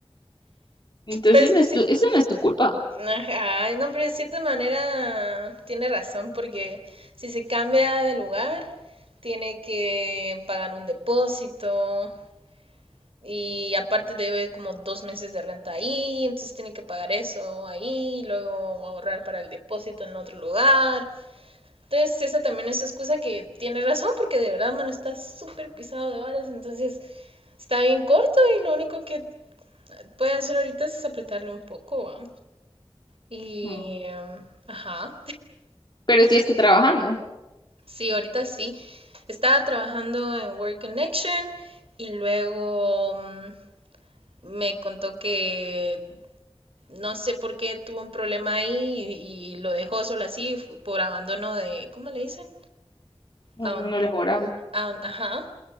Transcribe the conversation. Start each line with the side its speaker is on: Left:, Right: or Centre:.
Left: Entonces
Right: Pero es
Left: no
Right: que
Left: es
Right: sí,
Left: tu, eso no es tu culpa.
Right: ajá, no, pero de cierta manera tiene razón, porque si se cambia de lugar, tiene que pagar un depósito, Y aparte debe como dos meses de renta ahí, entonces tiene que pagar eso ahí, y luego ahorrar para el depósito en otro lugar. Entonces esa también es su excusa que tiene razón porque de verdad, mano, está súper pisado de varas, entonces está bien corto y lo único que puede hacer ahorita es apretarle un poco. ¿va? Y,
Left: Mm.
Right: um, ajá,
Left: Pero sí está trabajando,
Right: sí, ahorita sí. Estaba trabajando en Work Connection y luego um, me contó que no sé por qué tuvo un problema ahí y, y lo dejó solo así f- por abandono de, ¿cómo le dicen?
Left: cuando
Right: Aban-
Left: no laboral.
Right: aban- ajá.